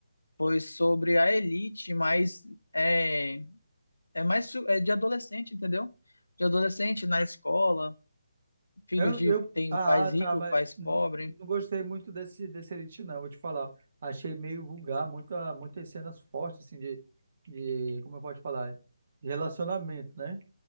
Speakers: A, on the left (about 70°); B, on the right (about 45°).
A: foi sobre a elite, mas é, é mais su- é de adolescente, entendeu? De adolescente na escola, filhos
B: Eu,
A: de
B: eu,
A: tem
B: ah,
A: pais
B: tá,
A: ricos,
B: mas
A: pais
B: n-
A: pobres.
B: não gostei muito desse, desse Elite, não, vou te falar. Achei meio vulgar, muita, muitas cenas fortes, assim, de, de, como eu posso falar, de relacionamento, né?